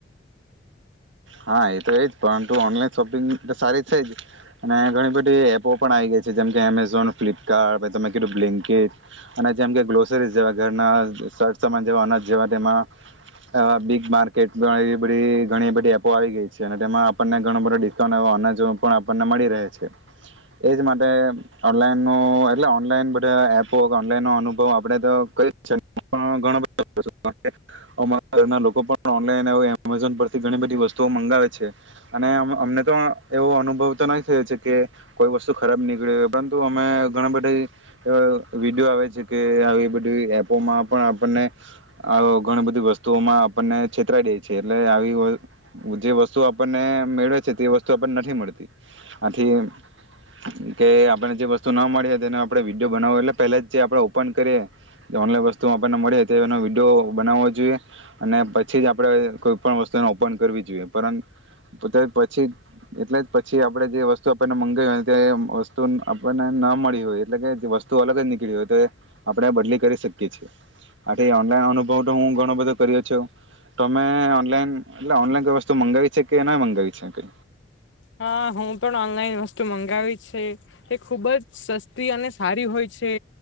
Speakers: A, on the right (about 85°); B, on the left (about 80°).
A: હા એ તો એજ પરંતુ ઓનલાઈન શોપિંગ તો સારી છે જ અને આ ઘણી બધી એપો પણ આવી ગઈ છે જેમ કે એમેઝોન, ફ્લિપકાર્ટ પછી તમે કીધું બ્લિન્કીટ અને જેમ કે ગ્લોસરી જેવા ઘરના સર્ટ સમાન જેવા અનાજ જેવા તેમાં અ બિગ માર્કેટ ઘણી બધી એવી ઘણી બધી એપ... પો આવી ગઈ છે અને તેમાં આપણને ઘણો બધો ડિસ્કાઉન્ટ એવો અનાજો પણ આપણને મળી રહે છે, એજ માટે ઓનલાઈનનો એટલે ઓનલાઈન બધા એપો ઓનલાઇનનો અનુભવ આપડે તો કરી એજ છે પણ ઘણો બધો <inaudible> અમાં ઘરના લોકો પણ ઓનલાઇન હવે એમેઝોન પરથી ઘણી બધી વસ તો મંગાવે છે અને અમ અમને તો એવો અનુભવ તો નહી થયો છે કે કોઈ વસ્તુ ખરાબ નીકળી હોય, પરંતુ અમે ઘણા બધે અ વિડીયો આવે છે, કે આવી બધી એપોમાં પણ આપણને આવુ ઘણું બધું વસ્તુઓમાં આપણને છેતરાઈ દેય છે, એટલે આવી વ જે વસ્તુ આપણને મેળવે છે, તે વસ્તુ આપણને નથી મળતી, આથી કે આપળને જે વસ્તુ ના મળી તેનો આપડે વિડીયો બનાવો એટલે પેલે જ જે આપડે ઓપન કરીએ એ ઓનલાઈન વસ્તુ આપણને મળે તેનો વિડીયો બનાવવો જોઈએ, અને પછી જ આપડે કોઈ પણ વસ્તુનો ઉપ પન કરવી જોઈએ, પરં તે પછી એટલે જ પછી આપડે જે વસ્તુ આપણને મંગાવાઈ હોય તે વસ્તુ આપણને ન મળી હોય એટલે કે વસ્તુ અલગ જ નીકળી હોય તો આપડા બદલી કરી શકીએ છીએ, આથી ઓનલાઈન અનુભવ તો હું ઘણો બધો કર્યો છું, તમે ઓનલાઈન... એટલે ઓનલાઈન કઈ વસ્તુ મંગાવી છે કે ન મંગાવી છે કે...
B: હા હું પણ ઓનલાઈન વસ્તુ મંગાવી છે, તે ખુબ જ સસ્તી અને સારી હોય છે,